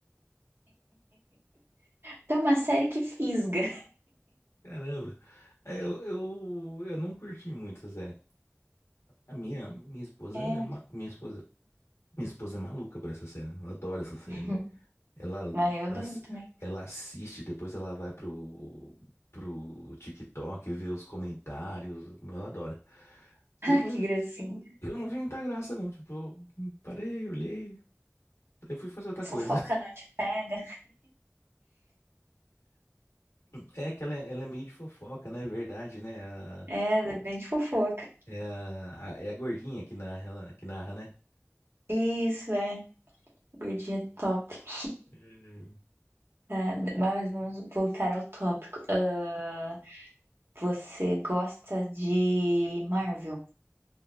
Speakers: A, on the right; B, on the left.
A: Então, É uma série que fisga.
B: Caramba. É, eu, eu, eu não curti muito essa série. A minha, minha esposa
A: É.
B: é ma- minha esposa, minha esposa é maluca por essa série. Ela adora essa série.
A: <laughs>
B: Ela,
A: Ah, eu adoro
B: ass-
A: também.
B: ela assiste, depois ela vai pro, pro TikTok ver os comentários. Ela adora. Eu
A: Ah,
B: não,
A: que
B: vi-
A: gracinha.
B: eu não vi muita graça, não. Tipo, eu parei, olhei, aí fui fazer outra
A: Fofoca
B: coisa.
A: não te pega.
B: É que ela, é ela é meio de fofoca, né? É Verdade, né? A-
A: É, ela é bem de fofoca.
B: é, a, é a- é a gordinha que narra, que narra, né?
A: Isso, é. Gordinha top. <laughs>
B: Hum.
A: Tá, mas vamos voltar ao tópico. Ah, você gosta de Marvel?